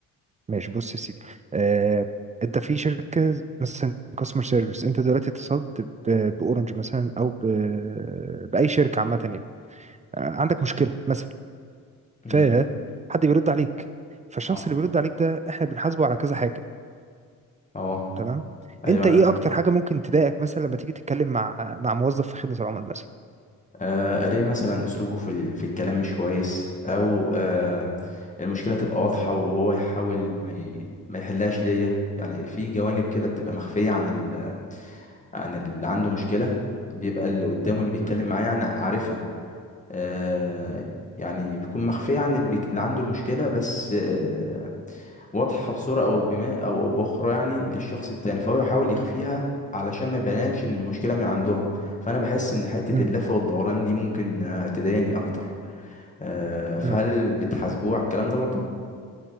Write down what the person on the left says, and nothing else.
مم.
اه
اه
ايوه
انا
آه الاقي مثلا اسلوبه في ال... في الكلام مش كويس او آه المشكله تبقى واضحه وهو يحاول ما ي... ما يحلهاش ليا يعني في جوانب كده بتبقى مخفيه عن ال... عن اللي عنده مشكله بيبقى اللي قدامه اللي بيتكلم
معاه يعني عارفها آه، يعني بتكون مخفية عن اللي, بيك... اللي عنده المشكلة بس آه، واضحة بصورة أو بما أو بأخرى يعني للشخص التاني فهو يحاول يخفيها علشان ما يبانش إن المشكلة من عندهم فأنا بحس إن حتة
اللف والدوران دي ممكن آه، تضايقني أكتر آه، فهل
بتحاسبوه على الكلام ده برضه؟